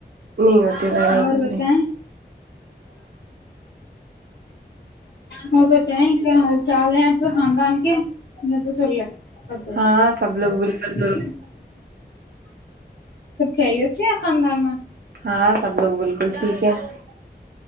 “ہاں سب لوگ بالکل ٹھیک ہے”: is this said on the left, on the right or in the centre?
Right